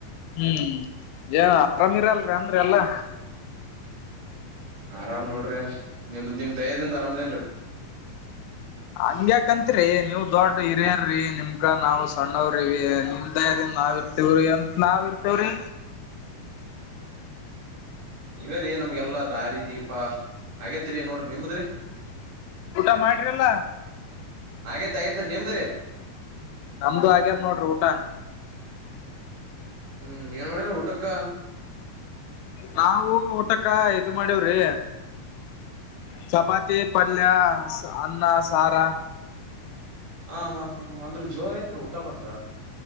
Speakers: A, on the left (about 80°); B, on the right (about 60°).
A: ಹ್ಮ್ ಏನ್ ಆರಾಮಿರಲ್ರಿ ಅಂದ್ರಿ ಎಲ್ಲಾ
B: ಆರಾಮ್ ನೋಡ್ರಿ ನಿಮ್ದ್ ನಿಮ್ ದಯದಿಂದ ಅರಾಮದೇನ್ರಿ
A: ಹಂಗ್ಯಾಕತ್ರಿ ನೀವ್ ದೊಡ್ ಹರಿ್ಯರಿ ನಿಮಕ ನಾವ್ ಸಣ್ಣವ್ರಿ ಅ ನಾವ್ ಇರ್ತೀವ್ರಿ ಎಂತ ನಾವ ಇರ್ತವ್ರಿ
B: ನೀವೇ ರೀ ನಮ್ಗೆಲ್ಲಾ ದಾರಿ ದೀಪ ಹಾಗಗೇತಿರಿ ನೋಡ್ರಿ ನಿಮದ್ರಿ
A: ಊಟ ಮಾಡ್ರಲ್ಲ
B: ಹಾಗೇತ್ ಆಗೇತ್ತರಿ ನಿಮ್ದರಿ
A: ನಮ್ದು ಹಾಗ್ಯದ ನೋಡ್ರಿ ಊಟ
B: ಹ್ಮ್ ಏನ್ ಮಾಡಿರ ಊಟಕ್ಕ
A: ನಾವವು ಊಟಕ್ಕ ಇದು ಮಾಡವ್ರಿ ಚಪಾತಿ ಪಲ್ಲ ಅನ್ನ ಸಾರಾ
B: ಹಾ ಹಾ ಹಾ ಅಂದ್ರರು ಜೋರ ಐತ್ ಊಟ ಮಾಡತ